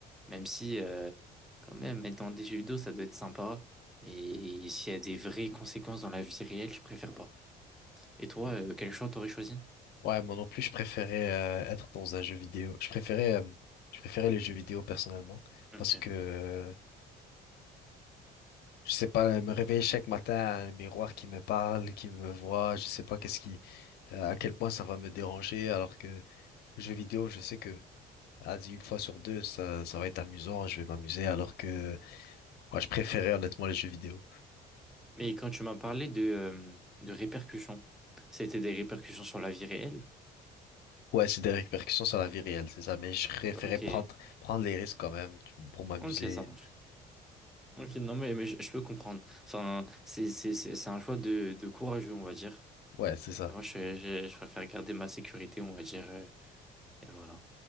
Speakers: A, in the centre; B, on the left (about 70°).
A: Même si, euh, quand même, être dans des jeux vidéo, ça doit être sympa. Mais s'il y a des vraies conséquences dans la vie réelle, je préfère pas. Et toi, euh, quel choix t'aurais choisi?
B: Ouais, moi non plus, je préférais euh, être dans un jeu vidéo. Je préférais, euh, je préférais les jeux vidéo personnellement
A: Ok.
B: parce que euh, je sais pas, me réveiller chaque matin, un miroir qui me parle, qui me voit, je sais pas qu'est-ce qui euh, à quel point ça va me déranger, alors que jeux vidéo, je sais que, vas-y, une fois sur deux, ça, ça va être amusant, je vais m'amuser, alors que moi, je préférais honnêtement les jeux vidéo.
A: Mais quand tu m'as parlé de, euh, de répercussions, c'était des répercussions sur la vie réelle?
B: Ouais, c'est des répercussions sur la vie réelle, c'est ça, mais je préférais
A: Ok.
B: prendre, prendre les risques quand même tu- pour m'amuser.
A: Ok, ça marche. Ok, non, mais, mais je, je peux comprendre. Enfin, c'est c'est- c'est- c'est un choix de, de courageux, on va dire.
B: Ouais, c'est ça.
A: Et moi, je, je, je préfère garder ma sécurité, on va dire. euh, Et voilà.